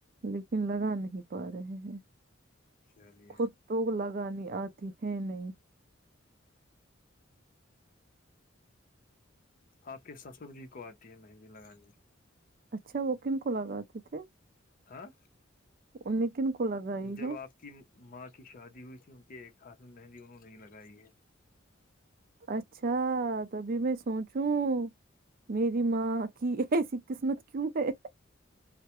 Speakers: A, on the right (about 50°); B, on the left (about 45°).
A: لیکن لگا نہیں پا رہے ہیں
B: چلیے
A: خود تو لگا انی آتی ہے نہیں
B: آپ کے سسر جی کو آتی ہے مہندی لگانی
A: اچھا وہ کن کو لگاتے تھے
B: ہاں
A: ان نیکن کو لگائی
B: جب
A: ہے
B: آپ کی ماں کی شادی ہوئی تھی کہ کاص میں مہندی انہوں نے نہیں لگائی ہے
A: اچھا تبھی میں سوچوں میری ماں کی ایسی قسمت کیوں ہے